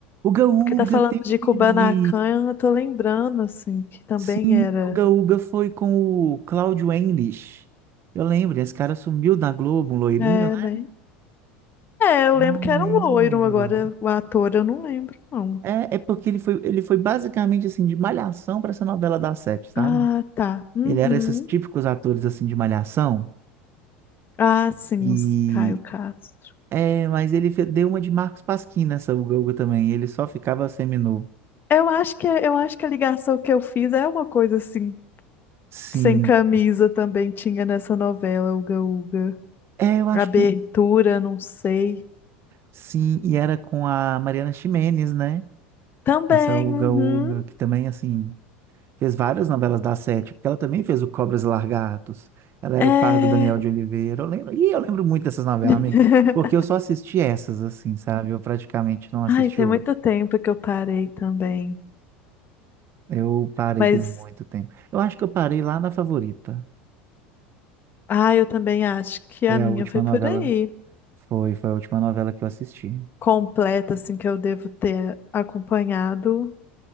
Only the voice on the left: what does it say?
Porque tá
falando
de Kubanacan, eu tô lembrando, assim, que também
era.
É,
né? É, eu lembro
que
era
um loiro, agora o ator eu não lembro, não.
Ah, tá. Uhum.
Ah, sim,
os Caio Castro.
Eu acho que, eu acho que a ligação que eu fiz é uma coisa assim,
sem camisa também tinha nessa novela, Uga Uga.
Abertura,
não sei.
Também,
uhum,
é...
<laughs>
Ai, tem
muito tempo que eu parei também.
Mas,
ah eu também acho que
a minha
foi por
aí.
Completa, assim, que eu devo ter acompanhado,